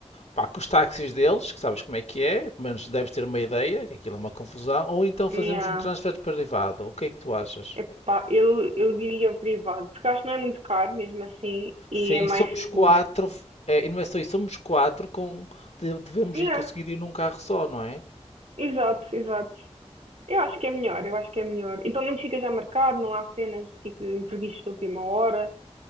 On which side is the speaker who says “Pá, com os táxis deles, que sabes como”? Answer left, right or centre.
Left